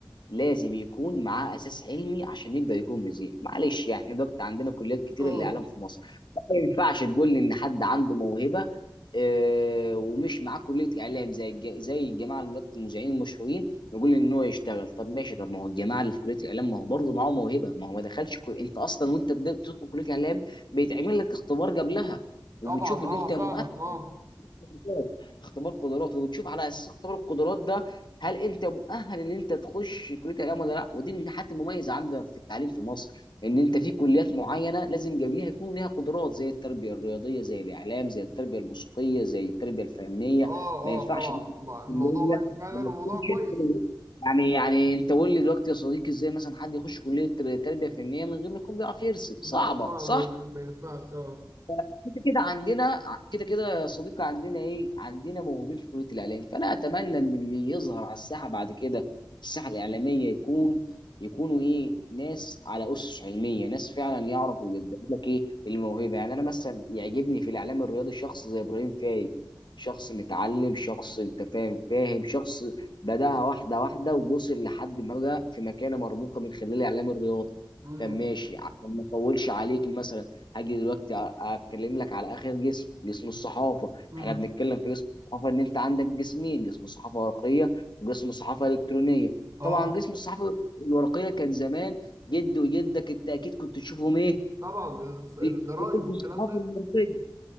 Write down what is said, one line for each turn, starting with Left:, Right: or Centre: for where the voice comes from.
Left: لازم يكون معاه اساس علمي عشان يقدر يكون مذيع معلش يعني احنا دلوقتي عندنا كليات كتير
Right: اه
Left: الاعلام في مصر ما ينفعش تقول لي ان حد عنده موهبه آه، ومش معاه كليه اعلام زي الج- زي الجماعه اللي دلوقتي المذيعين المشهورين يقول لي ان هو يشتغل طب ماشي طب ما هو الجماعه اللي في كليه اعلام ما هو برضه معاه موهبه ما هو ما دخلش كل... انت اصلا وانت بت- بتدخل كليه اعلام بيتعمل لك اختبار قبلها وبتشوف
Right: طبعا
Left: ان
Right: اه
Left: انت
Right: فاهمك
Left: مؤهل
Right: اه
Left: قدرات اختبار قدرات وبتشوف على اساس اختبار القدرات ده هل انت مؤهل ان انت تخش كليه الاعلام ولا لا ودي من الحاجات المميزه عندنا في التعليم في مصر ان انت في كليات معينه لازم قبلها يكون لها قدرات زي التربيه الرياضيه زي الاعلام زي التربيه الموسيقيه زي التربيه الفنيه
Right: اه
Left: ما
Right: اه
Left: ينفعش
Right: طبعا
Left: إن أنت تخش
Right: م- الموضوع
Left: كليه
Right: مهم فعلا
Left: وما
Right: وموضوع
Left: تكونش
Right: كويس
Left: انت من- يعني يعني انت قول لي دلوقتي يا صديقي ازاي مثلا حد يخش كليه تربيه فنيه من غير ما يكون بيعرف يرسم
Right: لا
Left: صعبه
Right: طبعا
Left: صح
Right: ما ينفعش اه
Left: كده كده عندنا ع- كده كده يا صديقي عندنا ايه عندنا موهوبين في كليه الاعلام فانا اتمنى ان اللي يظهر على الساحه بعد كده الساحه الاعلاميه يكون يكونوا ايه ناس على اسس علميه ناس فعلا يعرفوا يقدموا لك ايه الموهبه يعني انا مثلا يعجبني في الاعلام الرياضي شخص زي ابراهيم فايق شخص متعلم شخص انت فاهم فاهم شخص بداها واحده واحده ووصل لحد ما بقى في مكانه مرموقه من خلال الاعلام الرياضي
Right: امم
Left: طب ماشي عشان ما اطولش عليك مثلا هاجي دلوقتي اتكلم لك على اخر جسم جسم الصحافه
Right: امم
Left: احنا بنتكلم في جسم الصحافه ان انت عندك جسمين جسم صحافه ورقيه وجسم صحافه الكترونيه
Right: اه
Left: طبعا جسم الصحافه الورقيه كان زمان جد وجدك انت اكيد كنت تشوفهم ايه
Right: طبعا الس-
Left: بيكتبوا
Right: الجرايد والكلام
Left: في الصحافه
Right: ده
Left: الورقيه